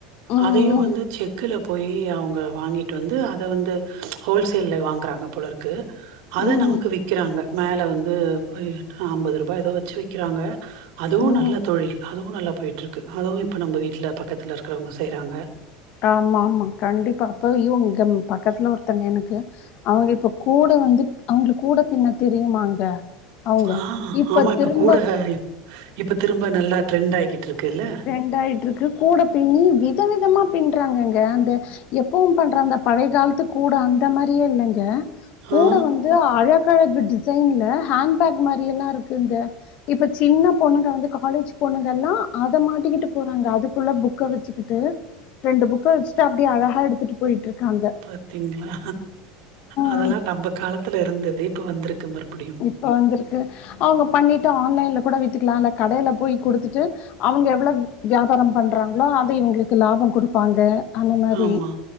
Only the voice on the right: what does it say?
அதையும் வந்து செக்குல போய் அவங்க வாங்கிட்டு வந்து அத வந்து ஹோல்சேல்ல வாங்குறாங்க போல இருக்கு க்கு அத
நமக்கு
விக்கிறாங்க மேல வந்து அம்பது ரூபா ஏதோ வச்சு விக்கிறாங்க அதுவும்
நல்ல தொழில் நல்லா போயிட்டு கு அதுவும் இப்ப நம்ம வீட்ல பக்கத்துல இருக்றவங்க செய்றாங்க
ஆ ஆமா இப்ப
கூட இப்ப திரும்ப நல்லா ட்ரெண்ட் ஆய்கிட்டுருக்குல்ல
ஆ
பாத்தீங்களா அதெல்லா
நம்ப காலத்துல இருந்தது இப்ப வந்திருக்கு மறுபடியும்
ஆமா